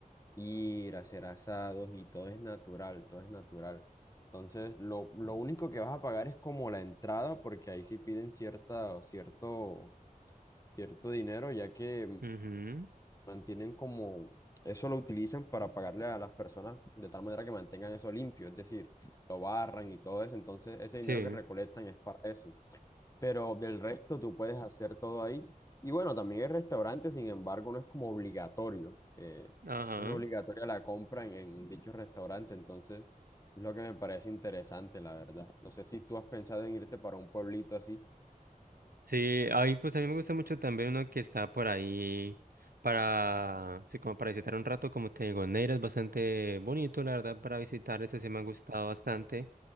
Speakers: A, on the left; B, on the right.
A: ir a hacer asados y todo es natural, todo es natural. Entonces, lo, lo único que vas a pagar es como la entrada, porque ahí sí piden cierta, cierto, cierto dinero, ya que
B: ujú,
A: mantienen como, eso lo utilizan para pagarle a las personas de tal manera que mantengan eso limpio, es decir, lo barran y todo eso. Entonces, ese dinero
B: Sí.
A: que recolectan es para eso pero del resto tú puedes hacer todo ahí. Y bueno, también el restaurante, sin embargo, no es como obligatorio. eh,
B: Ajá.
A: es obligatoria la compra en, en dicho restaurante, entonces es lo que me parece interesante, la verdad. No sé si tú has pensado en irte para un pueblito así.
B: Sí, ahí pues a mí me gusta mucho también uno que está por ahí para, sí, como para visitar un rato, como te digo, Neira es bastante bonito, la verdad, para visitar, ese sí me ha gustado bastante.